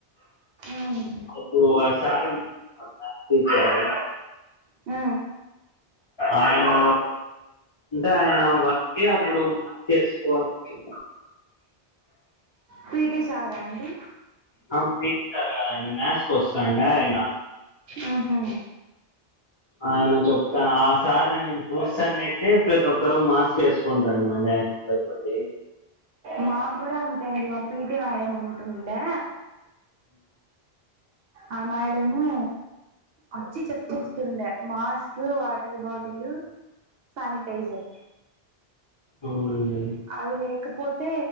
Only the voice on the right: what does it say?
మ్మ్.
ఉ
పిటీ సారా అండి
ఉహు
మాక్ కూడా అంతే అండి మా పీటీ మేడం ఉంటుండే ఆ మేడము అచ్చి చెక్ చేస్తుండే మాస్క్ వాటర్ బాటిలు సనిటైజర్
అది లేకపోతే